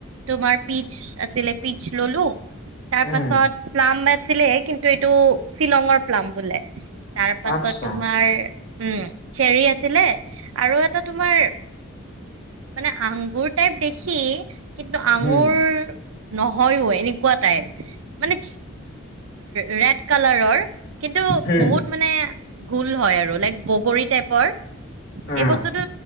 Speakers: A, on the right; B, on the left.
A: তোমাৰ পিজ আছিলে পিজ ললো তাৰ
B: উম,
A: পাছত প্লাম আছিলে কিন্তু এইটো শ্বিলঙৰ প্লাম বোলে তাৰ পাছত
B: আচ্ছা,
A: তোমাৰ উম চেৰি আছিলে আৰু এটা তোমাৰ মানে আঙুৰ টাইপ দেখি কিন্তু আঙুৰ
B: হুম,
A: নহয়ো এনেকুৱা টাইপ মানে ৰেড কালাৰৰ। কিন্তু
B: হুম,
A: বহুত মানে গোুল হয় আৰু লাইক বগৰী টাইপৰ।
B: অ',
A: এই বস্তুতটো